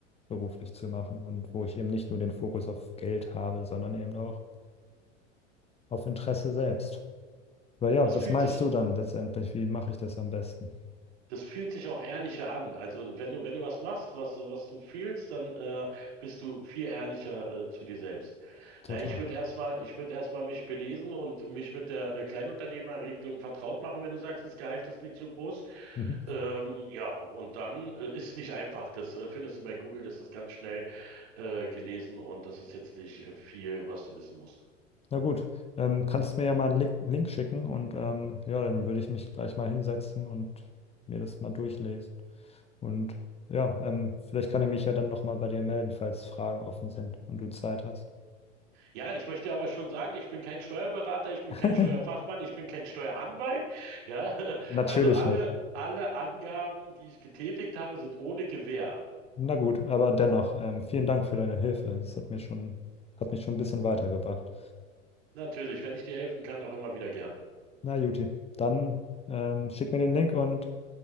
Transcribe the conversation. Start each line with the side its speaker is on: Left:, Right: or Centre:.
Left: beruflich zu machen und wo ich eben nicht nur den Fokus auf Geld habe, sondern eben auch auf Interesse selbst. Aber ja,
Right: Das
Left: was
Right: fühlt
Left: meinst
Right: sich,
Left: du dann letztendlich? Wie mache ich das am besten?
Right: das fühlt sich auch ehrlicher an. Also wenn du, wenn du was machst, was, was du fühlst, dann äh, bist du viel ehrlicher äh, zu dir selbst.
Left: Total.
Right: Na, ich würde erstmal, ich würde erstmal mich belesen und mich mit der äh, Kleinunternehmerregelung vertraut machen, wenn du sagst, das Gehalt ist nicht so groß.
Left: Mhm.
Right: Ähm, ja, und dann äh, ist nicht einfach. Das äh, findest du bei Google, das ist ganz schnell äh, gelesen und das ist jetzt nicht äh, viel, was du wissen musst.
Left: Na gut, ähm, kannst mir ja mal einen Link, Link schicken und ähm, ja, dann würde ich mich gleich mal hinsetzen und mir das mal durchlesen. Und ja, ähm, vielleicht kann ich mich ja dann nochmal bei dir melden, falls Fragen offen sind und du Zeit hast.
Right: Ja, ich möchte aber schon sagen, ich bin kein Steuerberater, ich bin
Left: <laughs>
Right: kein Steuerfachmann, ich bin kein Steueranwalt. Ja, <laughs>
Left: Natürlich
Right: also alle,
Left: nicht.
Right: alle Angaben, die ich getätigt habe, sind ohne Gewähr.
Left: Na gut, aber dennoch, ähm, vielen Dank für deine Hilfe. Das hat mir schon, hat mich schon ein bisschen weitergebracht.
Right: Natürlich, wenn ich dir helfen kann, auch immer wieder gern.
Left: Na, Juti, dann ähm, schick mir den Link und